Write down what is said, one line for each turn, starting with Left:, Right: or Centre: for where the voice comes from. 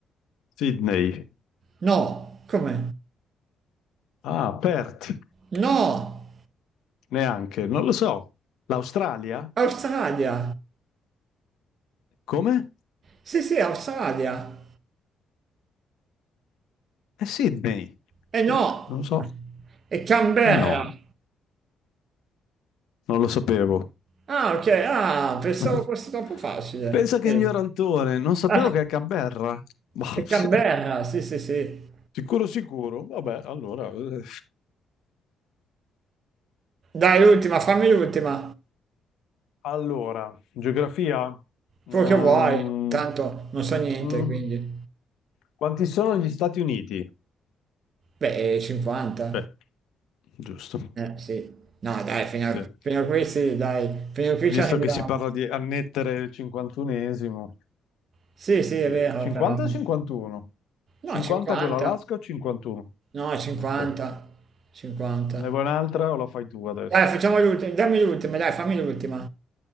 Left: Sydney.
Right: No, come?
Left: Ah, Perth,
Right: No,
Left: neanche, non lo so. L'Australia?
Right: Australia.
Left: Come?
Right: Sì, sì, Australia.
Left: È Sydney.
Right: E no,
Left: Eh, Non lo so.
Right: è Canberra.
Left: Eh no, non lo sapevo.
Right: Ah, ok, ah, pensavo
Left: <laughs>
Right: fosse troppo facile.
Left: Pensa che
Right: Ok.
Left: ignorantone, non sapevo
Right: Ah,
Left: che è Canberra. Ma- <laughs>
Right: è Canberra, sì, sì, sì.
Left: Sicuro, sicuro. Vabbè, allora... eh.
Right: Dai, l'ultima, fammi l'ultima.
Left: Allora, geografia.
Right: Quello
Left: Mm,
Right: che vuoi. Tanto non so
Left: mm,
Right: niente,
Left: mm.
Right: quindi.
Left: Quanti sono gli Stati Uniti?
Right: Beh, 50.
Left: Cioè, giusto.
Right: Eh, sì. No, dai, fino
Left: Sì.
Right: a, fino a qui sì, dai. Fino a qui
Left: Visto
Right: ci arriviamo.
Left: che si parla di annettere il 51esimo.
Right: Sì, sì,
Left: Sì.
Right: è vero,
Left: 50
Right: però.
Left: o 51? 50
Right: No, 50.
Left: con l'Alaska o 51?
Right: No, 50.
Left: Ok.
Right: 50.
Left: Ne vuoi un'altra o la fai tu adesso?
Right: Dai, facciamo l'ultima. Dammi l'ultima, dai, fammi l'ultima.